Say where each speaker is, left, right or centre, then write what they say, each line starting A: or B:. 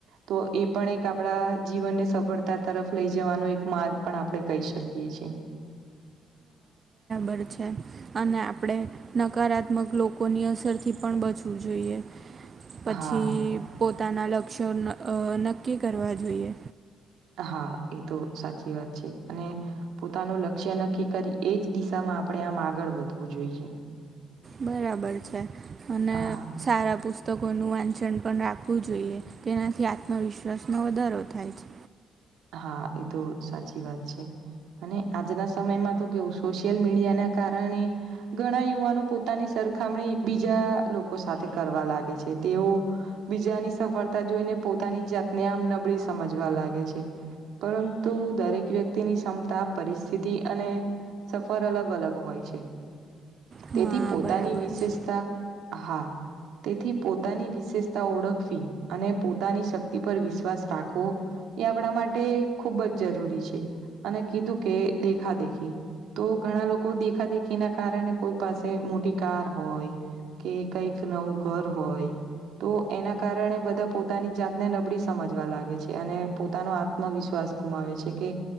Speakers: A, on the right; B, on the right.
A: તો એ પણ એક આપણા જીવનને સફળતા તરફ લઈ જવાનો એક માર્ગ પણ આપણે કહી શકીએ છીએ.
B: કર છે. અને આપણે નકારાત્મક લોકોની અસરથી પણ બચવું જોઈએ. પછી
A: હા
B: પોતાના લક્ષ્યો નક્કી કરવા જોઈએ.
A: હા એ તો સાચી વાત છે, અને પોતાનું લક્ષ્ય નક્કી કરી એ જ દિશામાં આપણે આમ આગળ વધવું જોઈએ.
B: બરાબર છે, અને
A: હા
B: સારા પુસ્તકોનું વાંચન પણ રાખવું જોઈએ તેનાથી આત્મવિશ્વાસમાં વધારો થાય છે.
A: હા એ તો સાચી વાત છે. અને આજના સમયમાં તો કેવું સોશિયલ મીડિયાના કારણે ઘણા યુવાનો પોતાની સરખામણી બીજા લોકો સાથે કરવા લાગે છે તેઓ બીજાની સફળતા જોઈને પોતાની જાતને આમ નબળી સમજવા લાગે છે. પરંતુ દરેક વ્યક્તિની ક્ષમતા પરિસ્થિતિ અને સફર અલગ અલગ હોય છે
B: હા
A: તેથી પોતાની
B: બરાબર
A: વિશેષતા
B: છે
A: હા તેથી પોતાની વિશેષતા ઓળખવી અને પોતાની શક્તિ પર વિશ્વાસ રાખવો એ આપણા માટે ખૂબ જ જરૂરી છે અને કીધું કે દેખા દેખી તો ઘણા લોકો દેખા દેખી ના કારણે કોઈ પાસે મોટી કાર હોય કે કઈક નવું ઘર હોય તો એના કારણે બધા પોતાની જાતને નબળી સમજવા લાગે છે અને પોતાનો આ ત્મવિશ્વાસ ગુમાવે છે કે